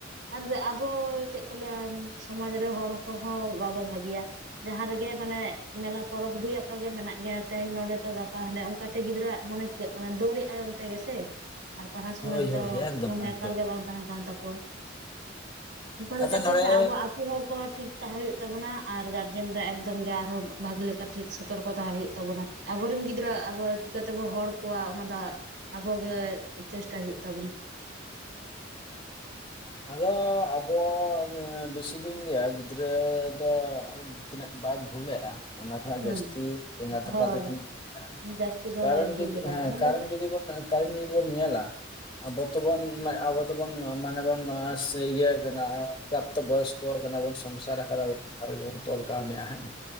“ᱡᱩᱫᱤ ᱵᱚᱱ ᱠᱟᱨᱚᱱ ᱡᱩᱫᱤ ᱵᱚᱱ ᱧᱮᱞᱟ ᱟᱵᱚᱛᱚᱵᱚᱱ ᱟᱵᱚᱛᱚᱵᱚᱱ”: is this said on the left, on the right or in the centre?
Left